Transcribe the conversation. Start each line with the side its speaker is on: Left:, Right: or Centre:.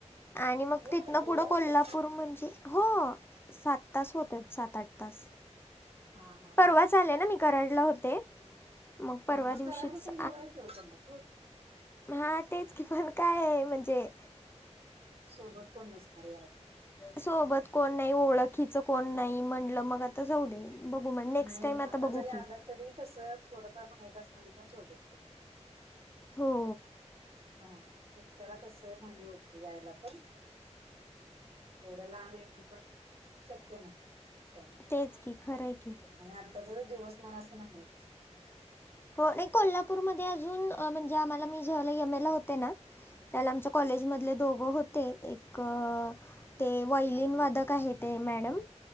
Left: आणि मग
Right: हो
Left: तिथन
Right: एवढा
Left: पुढं कोल्हापूर
Right: वेळ
Left: म्हणजे हो. सात तास होत्यात सात, आठ तास.
Right: हा हा
Left: परवाच आले नां मी कराडला होते. मग परवा
Right: हां मस्त
Left: दिवशीच
Right: कराड पासून जवळायं की ओ कोल्हापूर.
Left: हां तेच कि पण कायंये म्हणजे.
Right: सोबत कोण नसणारेयं.
Left: सोबत कोण नाही, ओळखीच कोण नाही, म्हणलं मग आता जाऊ दे. बघू मग नेक्स्ट
Right: नाही
Left: टाईम! आता बघू
Right: जरी
Left: की.
Right: आलात तरी कसं थोडंफार माहित असणार पण सोबत आहे.
Left: हो.
Right: हा एकट्याला कसं नाही होत यायला पण तेवढ्या लांब येन पण शक्य नाही
Left: तेच की खरं हाय की.
Right: आणि आत्ताचा तर दिवसमान असं नाहीच.
Left: हो नाही कोल्हापूरमध्ये अजून म्हणजे आम्हाला मी ज्यावेळेला एमएला होते ना. त्याला आमच्या कॉलेजमधले दोघं होते एक ते वॉयलिन वादक आहेत. ते मॅडम